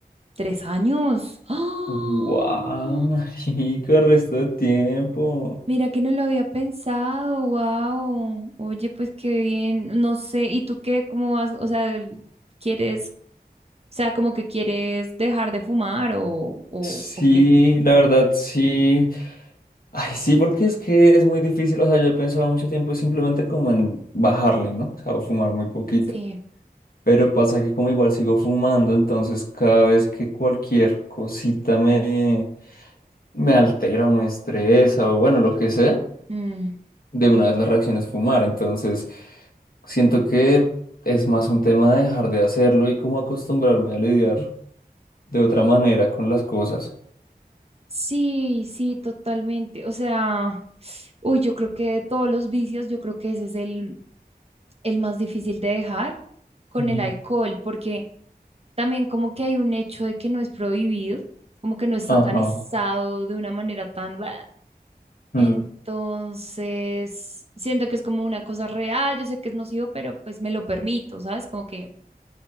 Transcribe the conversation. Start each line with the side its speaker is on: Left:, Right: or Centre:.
Right: tres años. ¡Ah!
Left: ¡Guau, <laughs> marica, resto de tiempo!
Right: Mira que no lo había pensado, wow. Oye, pues qué bien, no sé, ¿y tú qué, cómo vas? O sea, el- ¿quieres, o sea, como que quieres dejar de fumar o, o,
Left: Sí,
Right: o qué?
Left: la verdad, sí. Ay, sí, porque es que es muy difícil. O sea, yo he pensado mucho tiempo simplemente como en bajarle, ¿no? O sea, o fumar muy poquito.
Right: Sí,
Left: Pero pasa que como igual sigo fumando, entonces cada vez que cualquier cosita me, me altera o me estresa o bueno, lo que sea,
Right: mm,
Left: de una vez la reacción es fumar. Entonces siento que es más un tema de dejar de hacerlo y como acostumbrarme a lidiar de otra manera con las cosas.
Right: Sí, sí, totalmente. O sea, uy, yo creo que de todos los vicios, yo creo que ese es el, el más difícil de dejar con
Left: Mm.
Right: el alcohol, porque también como que hay un hecho de que no es prohibido, como que no está
Left: Ajá.
Right: satanizado de una manera tan... ¡bua!
Left: Mm.
Right: Entonces, siento que es como una cosa real, yo sé que es nocivo, pero pues me lo permito, ¿sabes? Como que,